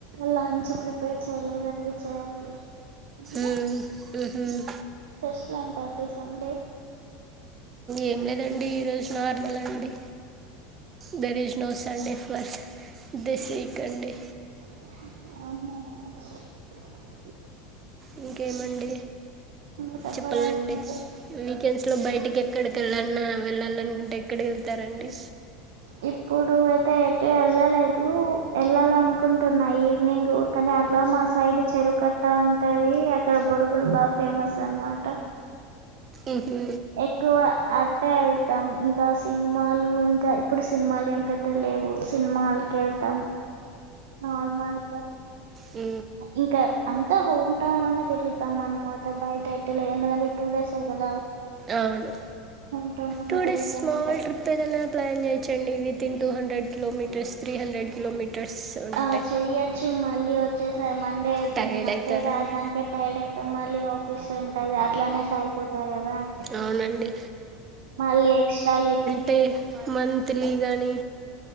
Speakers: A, on the right (about 90°); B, on the right (about 30°).
A: లంచ్ ప్రిపేర్ చేయలేదండి చేయాలి మీరు
B: మ్మ్. మ్మ్.
A: స్పెషల్ ఏంటండి సండే.
B: ఏం లేదండి ఈరోజు నార్మల్ అండి there is no Sunday plus this week a day.
A: అవునా
B: ఇంకేమండి
A: మీరు చెప్పాలండి
B: చెప్పలండి
A: మరి
B: వీకెండ్స్లో బయటకి ఎక్కడికి వెళ్ళన్న వెళ్ళాలనుకుంటే ఎక్కడికి వెళ్తారండి
A: ఇప్పుడు అయితే ఎటు వెళ్ళలేదు వెళ్ళాలి అనుకుంటున్నా ఈవినింగ్ కానీ అట్లా మాస్ సైడ్ చెరువు కట్ట ఉంటది అక్కడ బురుగులు బాగా ఫేమస్ అనమాట
B: ఉహు
A: ఎక్కువ అటే వెళ్తాం ఇంక సినిమాలు ఇంకా ఇప్పుడు సినిమాలు ఏం పెద్ద లేవు సినిమాలకి వెళ్తాం నార్మల్గ
B: ఊ
A: ఇంకా అంత హోమ్ టౌన్ లోనే తిరుగుతాం అనమాట బయట ఎటులే ఎందుకంటే టూ డేస్ ఎ కదా
B: అవును
A: హోమ్ టౌన్ లోనే
B: టూ
A: తిరుగుతాం
B: డే స్మల్
A: అంటే
B: ట్రిప్ ఏదన్న ప్లాన్ చేయొచ్చు అండి within two hundred kilometres three hundred kilometres ఉంటాయి
A: ఆ చెయొచ్చు మళ్ళీ వచ్చేసే మండే అవుతుంది
B: టైర్డ్
A: మండే
B: అవుతారండి
A: రాడానికే టైర్డ అయి మళ్ళీ <unintelligible> ఉంటది అట్లనే సరిపోతాది కదా అండి
B: అవునండి
A: మళ్ళీ ఎక్ట్రాలు <unintelligible>
B: టే మన్ తెలీయ కానీ